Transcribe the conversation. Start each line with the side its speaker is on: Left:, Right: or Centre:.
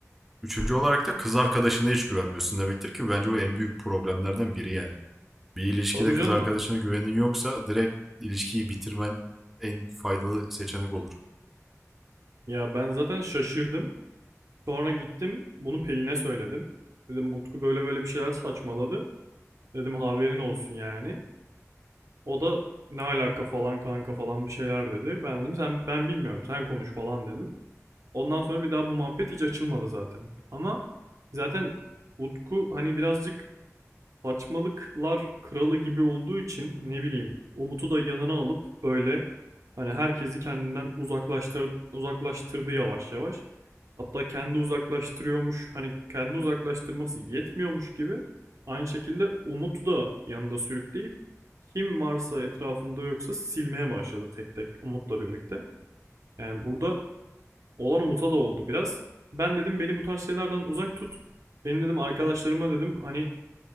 Centre: Üçüncü olarak da kız arkadaşına hiç güvenmiyorsun demektir ki bence o en büyük problemlerden biri yani. Bir ilişkide
Right: Tabii canım.
Centre: kız arkadaşına güvenin yoksa direkt ilişkiyi bitirmen en faydalı seçenek olur.
Right: Ya ben zaten şaşırdım. Sonra gittim bunu Pelin'e söyledim. Dedim Utku böyle böyle bir şeyler saçmaladı. Dedim haberin olsun yani. O da ne alaka falan kanka falan bir şeyler dedi. Ben dedim sen ben bilmiyorum sen konuş falan dedim. Ondan sonra bir daha bu muhabbet hiç açılmadı zaten. Ama zaten Utku hani birazcık saçmalıklar kralı gibi olduğu için ne bileyim Umut'u da yanına alıp böyle hani herkesi kendinden uzaklaştır, uzaklaştırdı yavaş yavaş. Hatta kendi uzaklaştırıyormuş hani kendi uzaklaştırması yetmiyormuş gibi aynı şekilde Umut'u da yanında sürükleyip kim varsa etrafında yoksa silmeye başladı tek tek Umut'la birlikte. Yani burada olan Umut'a da oldu biraz. Ben dedim beni bu tarz şeylerden uzak tut. Benim dedim arkadaşlarıma dedim hani